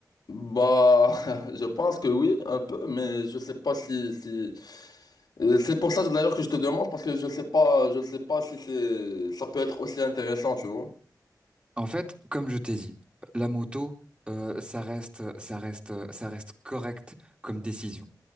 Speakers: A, on the left (about 85°); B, on the right (about 15°).
A: Bah, <laughs> je pense que oui, un peu, mais je sais pas si, si... Euh, C'est pour ça d'ailleurs que je te demande parce que je sais pas, je sais pas si c'est, ça peut être aussi intéressant, tu vois.
B: En fait, comme je t'ai dit, la moto, euh, ça reste, ça reste, ça reste correct comme décision.